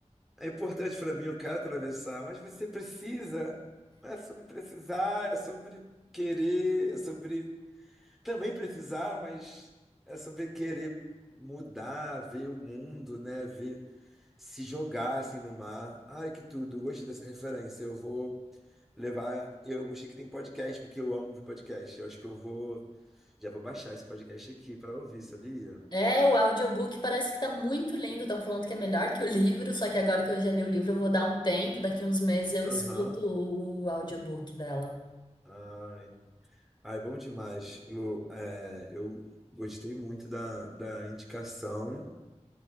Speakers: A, in the centre; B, on the left (about 40°).
A: é importante pra mim, eu quero atravessar, mas você precisa, não é sobre precisar, é sobre querer, é sobre também precisar, mas é sobre querer mudar, ver o mundo, né? Ver se jogar assim no mar. Ai, que tudo, gostei dessa referência. Eu vou levar. Eu gostei que tem podcast, porque eu amo ouvir podcast. Eu acho que eu vou. Já vou baixar esse podcast aqui para ouvir, sabia?
B: É, o audiobook parece que tá muito lindo, estão falando que é melhor que o livro, só que agora que eu já li o livro, eu vou dar um tempo, daqui uns meses eu
A: Aham.
B: escuto o audiobook dela.
A: Ai. Ai, bom demais, Lu. É, eu gostei muito da, da indicação.